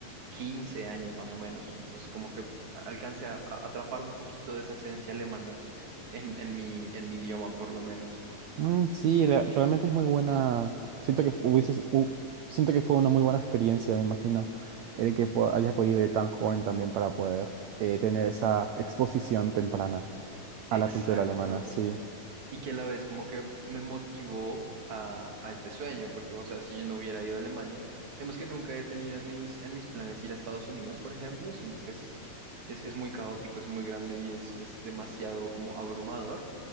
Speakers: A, on the right (about 55°); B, on the right (about 80°).
A: 15 años más o menos, entonces como que alcance a, a atrapar un poquito de esa esencia alemana en, en mi, en mi idioma, por lo menos.
B: Mm, sí, la- realmente es muy buena. Siento que hubieses, hu- siento que fue una muy buena experiencia, me imagino, el que po- hayas podido ir tan joven también para poder eh, tener esa exposición temprana
A: Exacto.
B: a la cultura alemana, sí.
A: Y que a la vez como que me motivó a, a este sueño, porque, o sea, si yo no hubiera ido a Alemania, digamos que nunca he tenido en mis, en mis planes ir a Estados Unidos, por ejemplo, siento que es, es, es muy caótico, es muy grande y es, es demasiado como abrumador.